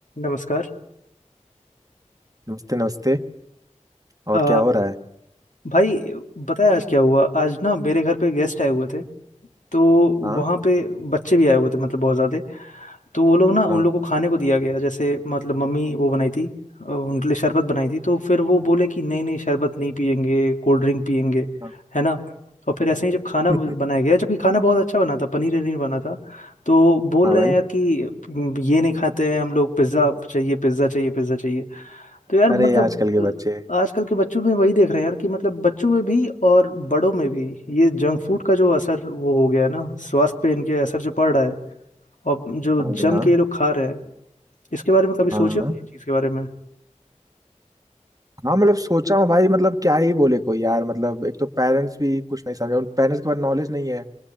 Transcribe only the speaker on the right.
नमस्ते नमस्ते और
क्या हो रहा है
हाँ
हाँ
हाँ
<laughs>
हाँ भाई
अरे
ये आजकल के बच्चे
हाँ
भाई हाँ
हाँ हाँ
हाँ, मतलब सोचा हूँ भाई मतलब क्या ही बोले कोई यार मतलब एक तो पेरेंट्स भी कुछ नहीं समझे उन पेरेंट्स के पास नॉलेज नहीं है